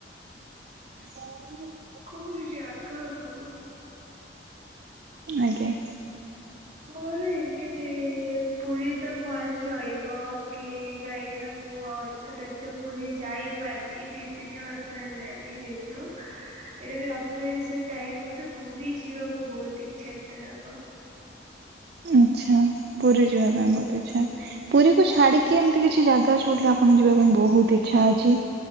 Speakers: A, on the right; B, on the right.
A: ଆ <inaudible>
B: କୋଉ ଜାଗାକୁ
A: ଆଜ୍ଞା।
B: ମୋର ଏମିତି ପୁରୀ ତ ଫାଷ୍ଟ ରହିବ, କି କାହିକିନା ମୁଁ ଆଉ ଏ ଥର ଏତେ ପୁରୀ ଯାଇ ପାରିନି ଦି ତିନି ବର୍ଷ ହେଲାଣି ଯେହେତୁ। ଏବେ ବି ରଥ <unintelligible> ଟାଇମ୍ ମତେ ପୁରୀ ଯିବାକୁ ବହୁତ୍ ଇଚ୍ଛା ଏଥରକ।
A: ଆଚ୍ଛା ପୁରୀ ଯିବା ପାଇଁ ବହୁତ୍ ଇଚ୍ଛା, ପୁରୀକୁୁ ଛାଡିକି ଏମ୍ ତି କିଛି ଜାଗା ଅଛି ଯୋଉଠିକି ଆପଣ ଯିବା ପାଇଁ ବହୁତ୍ ଇଚ୍ଛା ଅଛି?